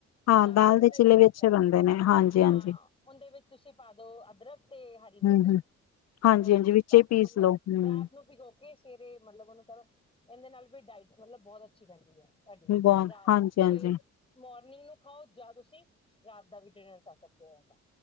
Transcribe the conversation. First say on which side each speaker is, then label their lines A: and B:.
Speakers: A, on the left; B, on the left.
A: ਹਾਂ
B: ਦਾਲ ਦਾ ਚੀਲਾ
A: ਦੇ ਚਿੱਲੇ
B: ਜ਼ਿਆਦਾ
A: ਵੀ
B: ਅੱਛਾ
A: ਅੱਛੇ
B: ਹੈ
A: ਬਣਦੇ ਨੇ ਹਾਂਜੀ ਹਾਂਜੀ
B: ਹਾਂ ਉਹਦੇ ਵਿੱਚ ਤੁਸੀਂ ਪਾ ਦੋ ਅਦਰਕ ਤੇ ਹਰੀ
A: ਹੂੰ
B: ਮਿਰਚ
A: ਹੂੰ ਹਾਂਜੀ
B: ਥੋੜ੍ਹੀ
A: ਹਾਂਜੀ
B: ਜਿਹੀ
A: ਵਿੱਚੇ
B: ਬਸ
A: ਹੀ ਪੀਸ
B: ਉਹਨੂੰ
A: ਲਓ ਹੂੰ
B: ਰਾਤ ਨੂੰ ਭਿੋ ਕੀ ਸੇਰੇ ਮਤਲਬ ਉਹਨੂੰ ਕਰੋ ਇਹਦੇ ਨਾਲ ਵੀ ਡਾਇਟ ਮਤਲਬ ਬਹੁਤ ਅੱਛੀ ਰਹਿੰਦੀ ਹੈ ਤੁਡੀ
A: ਬਹੁਤ
B: ਰਾਤ
A: ਹਾਂਜੀ ਹਾਂਜੀ
B: ਸਵੇ ਮੋਰਨ ਮਰਿੰਗ ਨੂੰ ਖਾਓ ਜਾਂ ਤੁਸੀਂ ਰਾਤ ਦਾ ਵੀ ਡਿਨਰ ਕਰ ਸਕਦੇ ਹੋ ਰਹਦਾ